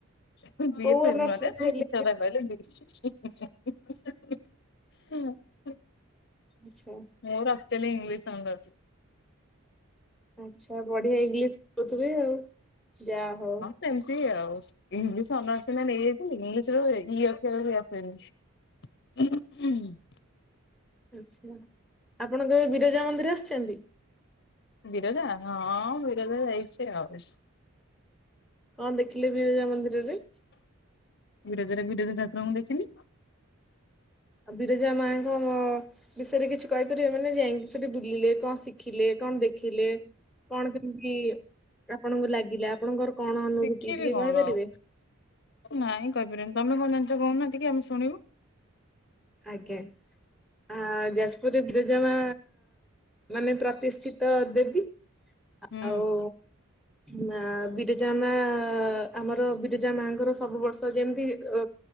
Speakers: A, on the left; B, in the centre.
A: ହୁଁ ବି
B: କୋଉ
A: ଫେ
B: ଅନର୍ସ
A: <unintelligible>
B: ରେ ଥିଲେ?
A: <unintelligible>
B: ଆଚ୍ଛା।
A: ମୋର ରାସ୍ତଲି ଇଂଲିଶ ସାଙ୍ଗ ଅଛି।
B: ଆଚ୍ଛା ବଢିଆ ଇଂଲିଶ କହୁଥିବେ ଆଉ ଯାହା ହଉ।
A: ସେମତି ଆଉ ଇଂଲିଶ ଅନର୍ସ ନେଇଯାଇଥିଲେ ଇଂଲିଶ ଇ ଅକ୍ଷର ବି ଆସେନି। <unintelligible>
B: ଆଚ୍ଛା ଆପଣ କେବେ ବିରଜା ମନ୍ଦିର ଆସିଛନ୍ତି?
A: ବିରଜା ହଁ ବିରଜା ଯାଇଛି ଆଉ।
B: କଣ ଦେଖିଲେ ବିରଜା ମନ୍ଦିରରେ?
A: ବିରଜାରେ ବିରଜା ଠାକୁରଙ୍କୁ ଦେଖିଲି।
B: ଆଉ ବିରଜା ମାଙ୍କ ବିଷୟରେ କିଛି କହିପାରିବେ ମାନେ ଯାଇକି ସେଠି ବୁଲିଲେ କଣ ଶି ଖିଲେ କଣ ଦେଖିଲେ କଣ କେମିତି? ଆପଣଙ୍କୁ ଲାଗିଲା ଆପଣଙ୍କର କଣ ଅନୁଭୂତି
A: ଶିଖିବି
B: ଟିକେ
A: କଣ
B: କହିପାରିବେ?
A: ଆଉ ନାଇଁ କହିପାରିବନି ତମେ କଣ ଜାଣିଛ କହୁନା ଟିକ ଆମେ ଶଣିବୁ।
B: ଆଜ୍ଞା ଆ ଯାଜପୁରରେ ବିରଜମା ମାନେ ପ୍ରତିଷ୍ଠିତ ଦେବି
A: ହୁଁ
B: ଆଉ ମା ବିରଜା ମା ଆମର ବିରଜା ମାଙ୍କର ସବୁ ବର୍ଷ ଯେମିତି ଅ